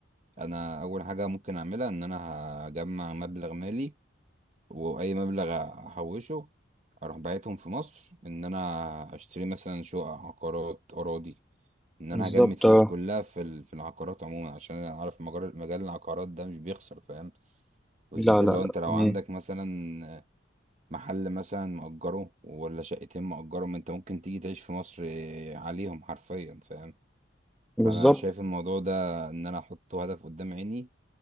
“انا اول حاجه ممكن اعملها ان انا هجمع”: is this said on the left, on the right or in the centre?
Right